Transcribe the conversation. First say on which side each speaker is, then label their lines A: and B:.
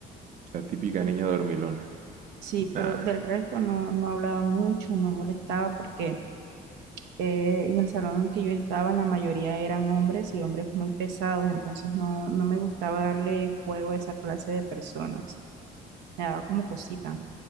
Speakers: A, on the right (about 50°); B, on the right (about 85°).
A: La típica
B: Por-
A: niña dormilona.
B: Sí, pero
A: Nah,
B: del resto no, no hablaba mucho, no molestaba porque eh, en el salón en que yo estaba, la mayoría eran hombres y hombres muy pesados, entonces no, no me gustaba darle juego a esa clase de personas. Me daba como cosita.